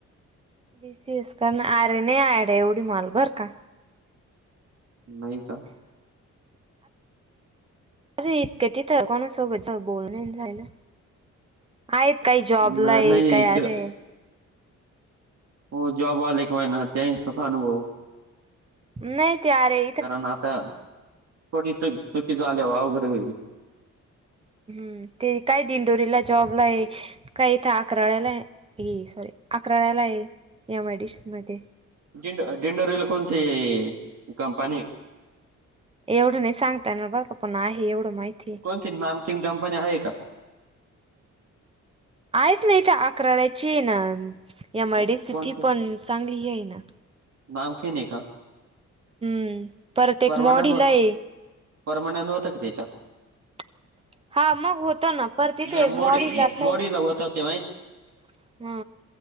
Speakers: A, on the right; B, on the right.
A: बसीस करण आरे नाही आयड एवढी माल बर का.
B: नाही का.
A: माझं इतकं तिथे कोणासोबत बोलणं नाही ना. आहेत काही जॉबला
B: न
A: आहे
B: नाही
A: काय
B: इकडं
A: अशे
B: हो जॉबवाला एक महिना त्यांचाच अनुभव.
A: नाही ते आरे.
B: कारण आता थोडी च चुकीच आल्यावर अवघड होईल.
A: हम्म ते काय दिंडोरीला जॉबला आहे. काय इथ अकराड्याला आहे सॉरी अकराड्याला आहे एम आय डी सी मध्ये.
B: डीड डीडोरीला कोणती कंपनी ये.
A: एवढं नाही सांगतायणार बघ का पण आहे एवढं माहिती ये
B: कोणती नामचिंग कंपनी आहे का?
A: आहेत नाही त्या अकराड्याची ये ना. यामध्ये
B: को-
A: स्थिती
B: कोणती
A: पण चांगली आहे ना.
B: नामकीन आहे का?
A: हम्म. परत एक
B: परमनंट
A: मॉडीला
B: बघ
A: आहे.
B: पर्मनंट होतं का त्याच्यात.
A: <unintelligible> हा मग होत ना पर तिथे
B: नाही
A: एक
B: मोडी
A: मॉडील अस
B: मोडीला
A: आहे हा.
B: होतं ते